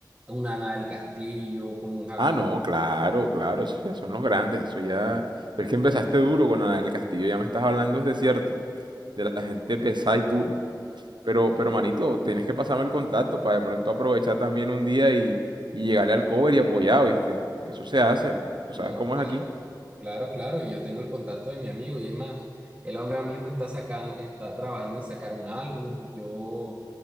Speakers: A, on the right; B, on the right.
A: una Ana del Castillo, como un Jafid
B: Ah, no, claro, claro, esos ya son los grandes, eso ya... Pero es que empezaste duro con Ana del Castillo, ya me estás hablando, es de cierto, de la gente pesada y dura. Pero, pero manito, tienes que pasarme el contacto para de pronto aprovechar también un día y, y llegarle al cover y apoyar, ¿viste? Eso se hace. ¿Tú sabes
A: No,
B: cómo
A: claro,
B: es aquí?
A: claro, claro. Y yo tengo el contacto de mi amigo. Y es más, él ahora mismo está sacando, está trabajando en sacar un álbum. Yo,